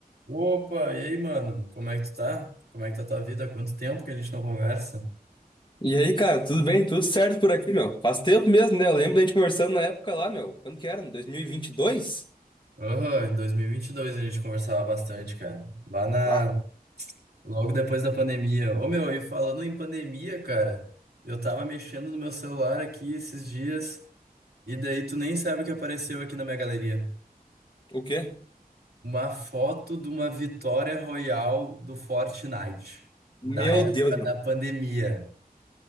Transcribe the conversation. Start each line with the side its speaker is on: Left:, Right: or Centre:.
Right: Opa, e aí, mano? Como é que tu tá? Como é que tá tua vida? Há quanto tempo que a gente não conversa?
Left: E aí, cara, tudo bem? Tudo certo por aqui, meu? Faz tempo mesmo, né? Eu lembro da gente conversando na época lá, meu. Quando que era? 2022?
Right: Aham, em 2022 a gente conversava bastante, cara. Lá na...
Left: Ah,
Right: Logo depois da pandemia. Ô, meu, e falando em pandemia, cara, eu tava mexendo no meu celular aqui esses dias e daí tu nem sabe o que apareceu aqui na minha galeria.
Left: O quê?
Right: Uma foto de uma vitória royal do Fortnite,
Left: Meu
Right: da época
Left: Deus, meu.
Right: da pandemia.